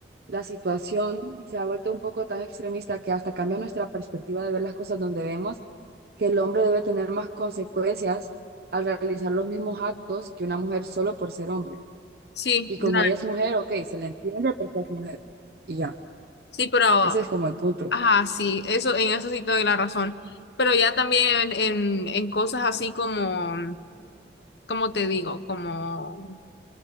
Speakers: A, on the right; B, on the left.
A: la situación, se ha vuelto un poco tan extremista que hasta cambia nuestra perspectiva de ver las cosas donde vemos que el hombre debe tener más consecuencias al realizar los mismos actos que una mujer solo por ser hombre.
B: Sí,
A: Y
B: la-
A: como ella es mujer, ok, se le entiende porque es mujer. Y ya,
B: sí, pero,
A: ese es como el punto.
B: ajá, sí, eso, en eso sí te doy la razón. Pero ya también en, en en cosas así como como te digo, como